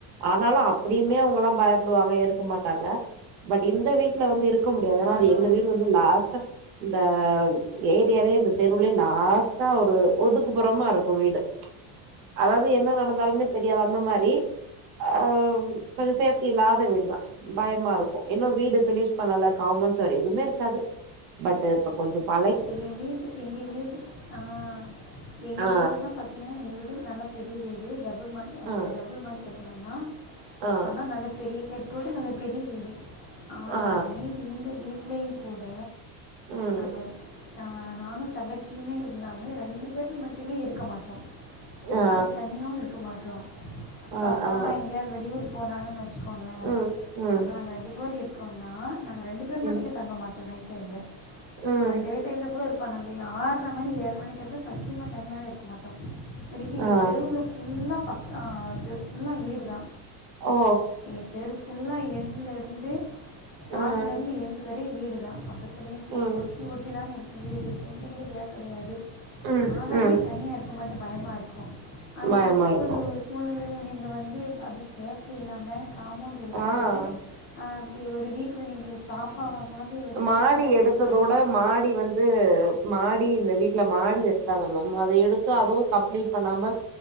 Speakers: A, on the right; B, on the left.
A: ஆனாலும் அப்படியுமே அவுங்கல்லாம் பயப்படுவாங்க இருக்க மாட்டாங்க பட் இந்த வீட் டுல வந்து இருக்க முடியாது ஏனா
B: ஆஹா
A: அது எங்க வீடு வந்து லாஸ்ட்டா இந்த ஏரியாலயே இந்த தெருவுலயே லாஸ்டா ஒரு ஒதுக்குப்புறமா இருக்கும் வீடு அதாவது என்ன நடந்தாலுமே தெரியாது அந்த மாரி ஆ கொஞ்சம் சேஃப்டி இல்லாத வீடு தா பயமா இருக்கும் இன்னும் வீடு பினிஷ் பண்ணல காம்பவுண்ட் சுவர் எதுவுமே இருக்காது பட் கொஞ்சோ பழ
B: எங்க வீடு எங்க வீடு ஆ எங்க
A: ஆ
B: வீட்டுலா பாத் தீங்கன்னா எங்க வீடு நல்லா பெரிய வீடு டபுள் மா
A: ஆ
B: டபுள் மாடி கட்டடம் தா
A: ஆ
B: ஆனா நல்ல பெரிய கேட் போட்டு நல்ல பெரிய வீடு ஆனாலுமே
A: ஆ
B: இந்த வீட்லயும் கூட
A: ம்
B: நாங்க நா நானும் தங்கச்சியுமே இருந்தாலுமே ரெண்டு பேர் மட்டுமே இருக்க மாட்டோம்
A: ஆ
B: அப்டி தனியாவு இருக்க மாட்டோ இப்ப
A: ஆ
B: அப்பா
A: ஆ
B: அம்மா எங்கயாவது வெளியூர் போனாங்கன்னு வெச் ச்சுக்கோங்களே
A: ம் ம்
B: அப்ப நாங்க ரெண்டு பேரும் இருக்கோன்னா நாங்க ரெண்டு ரெண்டு பேரு மட்டு
A: ம்
B: இங்க தங்க மாட்டோ நைட் டைம்ல
A: ம்
B: அ டே டைமில் கூட இருப்போ அந்த ஆற்ர மணி ஏழு மணிக்கு அப்புறோ சத்தியமா தனியாவே இருக்க மாட்டோ இத்தனிக்கு எங்க
A: ஆ
B: தெருவுல ஃபுல்லா பக்கா அ தெரு ஃபுல்லா வீடு தா
A: ஓ
B: எங்க தெரு ஃபுல்லா எண்ட்ல இருந்து ஸ்டார்ட்ல
A: ம்
B: இருந்து எண்டு வரேயு வீடு தா பக்கத் பக்கத்துலயு செஎரி
A: ம்
B: ஒட்டி ஒட்டி தானே இருக்கு வீடு கொஞ்சோ கூட காப் கெடையாது
A: ம்
B: ஆனாலுமே
A: ம்
B: தனியா இருக்க மாட்டோ பயமா இருக்கோ ஆனா
A: பயமா
B: இப்டி
A: இருக்கு
B: ஒரு சூ ழ்நெலையில நீங்க வந்து அதுவு சேஃப்டி இல்லாம காம்பௌண்ட் எழுப்பாத
A: ஆ
B: அப்டி ஒரு வீட்ல நீங்க பாப்பாவ கொழந்தைய வெச்சுகிட்டு
A: மாடி
B: பையன வெச்சுகிட்டு
A: எடுத்ததோட
B: தனியா
A: மாடி வந்து மாடி இந்த வீட்ல மாடி எடுத்தாங்க மேம் அத எடுத்து அதுவு கம்ப்ளீட் பண்ணாம